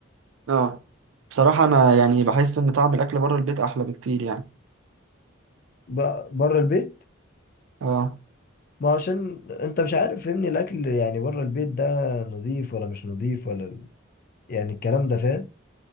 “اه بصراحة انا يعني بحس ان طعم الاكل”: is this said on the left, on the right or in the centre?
Right